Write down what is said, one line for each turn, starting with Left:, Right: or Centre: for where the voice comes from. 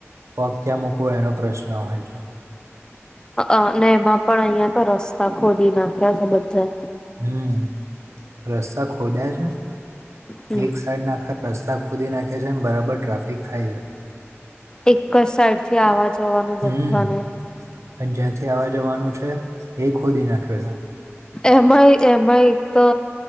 Right: પગ ક્યાં મૂકવો એનો પ્રશ્ન હોય છે
Left: અને એમાં પણ અહિયાં તો રસ્તા ખોદી નાખ્યા છે બધા
Right: હું રસ્તા ખોદયા
Left: હમ
Right: છે એક સાઈડના આખા. રસ્તા ખોદી નાખે છે અને બરાબર ટ્રાફિક થાય છે.
Left: એક જ સાઈડથી આવા જવાનું બધાને
Right: હમ અને જ્યાંથી આવા જવાનું છે એ ખોદી નાખ્યો છે.
Left: એમાંય એમાંય તો